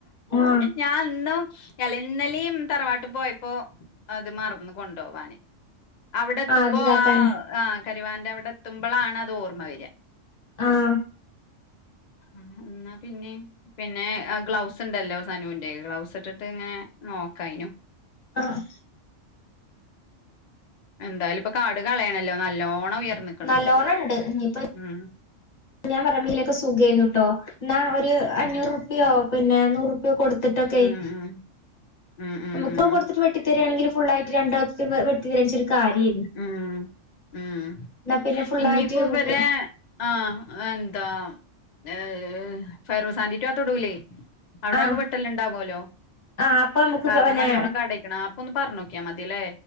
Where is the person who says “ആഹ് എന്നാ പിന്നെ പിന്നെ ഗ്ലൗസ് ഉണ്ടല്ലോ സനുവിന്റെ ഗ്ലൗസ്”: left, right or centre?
Left